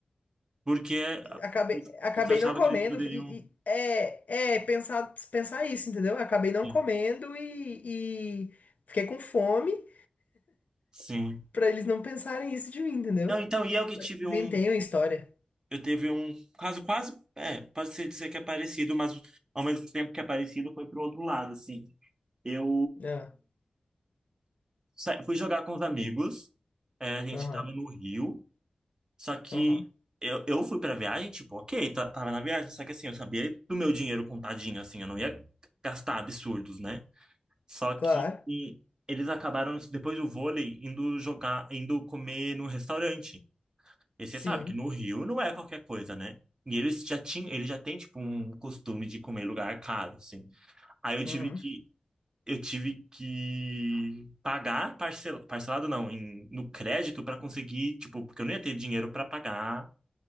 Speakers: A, on the right; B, on the left.
A: Porque a-
B: acabei, acabei
A: você achava
B: não comendo
A: que eles poderiam.
B: e, e- é, é pensar, pensar isso, entendeu? Eu acabei não
A: Sim,
B: comendo e e fiquei com fome.
A: sim.
B: Pra eles não pensarem isso de mim, entendeu?
A: Não, então, e eu que tive
B: Inventei
A: um.
B: uma história.
A: eu teve um caso quase, é, pode ser dizer que é parecido, mas ao mesmo tempo que é parecido foi pro outro lado, assim. Eu
B: Ah,
A: sa- fui jogar com os amigos, é, a gente
B: Aham,
A: tava no Rio, só que
B: aham.
A: eu, eu fui pra viagem, tipo, ok, ta- tava na viagem, só que assim, eu sabia do meu dinheiro contadinho, assim, eu não ia gastar absurdos, né? Só que
B: Claro,
A: e, eles acabaram, depois do vôlei, indo jogar, indo comer no restaurante. E você
B: sim.
A: sabe que no Rio não é qualquer coisa, né? E eles já tinham, ele já tem tipo um costume de comer em lugar caro, assim. Aí eu tive
B: uhum.
A: que eu tive que pagar parcel, parcelado não, em, no crédito para conseguir, tipo, porque eu não ia ter dinheiro para pagar.